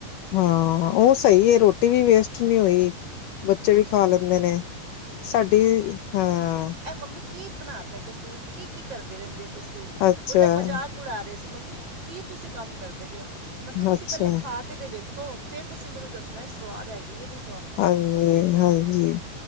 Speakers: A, on the left; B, on the right.
A: ਹਾਂ, ਉਹ ਸਹੀ ਏ ਰੋਟੀ ਵੀ ਵੇਸਟ ਨੀ ਹੋਈ। ਬੱਚੇ ਵੀ ਖਾ ਲੈਂਦੇ ਨੇ ਸਾਡੀ ਹਾਂ
B: ਇਹ ਮੰਮੀ ਕੀ ਬਨਾਤੇ ਤੁਸੀਂ? ਕੀ ਕੀ ਕਰਦੇ ਰਹਿੰਦੇ ਹੋ ਤੁਸੀਂ?
A: ਅੱਛਾ
B: ਉਲਟਾ ਮਜ਼ਾਕ ਉੜਾ ਰਹੇ ਸੀ, ਮੰਮੀ ਕੀ ਤੁਸੀਂ ਕੰਮ ਕਰਦੇ ਪਏ ਹੋ। ਮੈਂ ਕਿਹਾ ਤੁਸੀਂ
A: ਅੱਛਾ
B: ਪਹਿਲੇ ਖਾ ਕੇ ਕਿਤੇ ਵੇਖੋ, ਫੇਰ ਤੁਸੀਂ ਮੈਨੂੰ ਦੱਸਨਾ ਸਵਾਦ ਹੈਗੀ ਹੈ ਨੀ
A: ਹਾਂਜੀ ਹਾਂਜੀ